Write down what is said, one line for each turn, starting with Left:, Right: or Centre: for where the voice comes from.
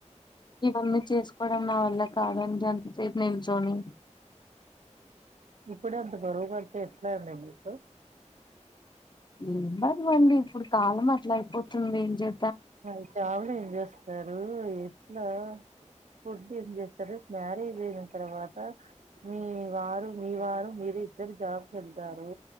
Left: ఇవన్నీ చేసుకోవడం నా వల్ల కావ జం <unintelligible> నిల్చోని
Right: ఇప్పుడే అంత బరువుగా అయితే ఎట్లా అండి మీకు
Left: ఏం బర్వండి ఇప్పుడు కాలం అట్లా అయిపోతుంది ఏం చే
Right: అ చాలులే ఎం చే స్తారు ఎట్లా ఫుడ్ ఏం చేస్తారు. మ్యారేజ్ అయిన తర్వాత మీ వారు మీ వారు మీరు ఇద్దరు జాబ్కు వెళ్తారు.